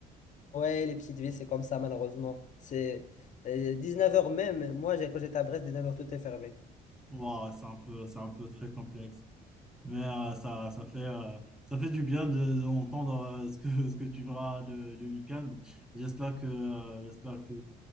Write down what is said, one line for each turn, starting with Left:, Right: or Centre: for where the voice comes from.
Left: Ouais, les petites villes, c'est comme ça, malheureusement. C'est euh, dix-neuf heures même. Moi, j'ai, quand j'étais à Brest, dix-neuf heures tout est fermé.
Centre: Ouah, c'est un peu, c'est un peu très complexe. Mais euh, ça, ça fait, euh, ça fait du bien de, d'entendre euh, ce que, <laughs> ce que tu verras le, le week-end. J'espère que, euh, j'espère que